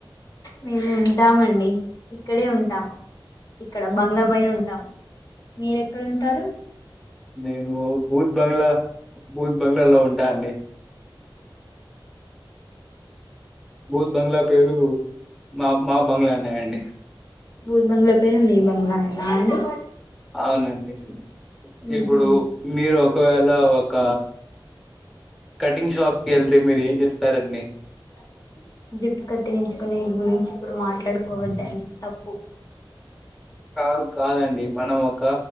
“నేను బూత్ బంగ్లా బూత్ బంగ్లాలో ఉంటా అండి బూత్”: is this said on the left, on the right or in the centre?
Centre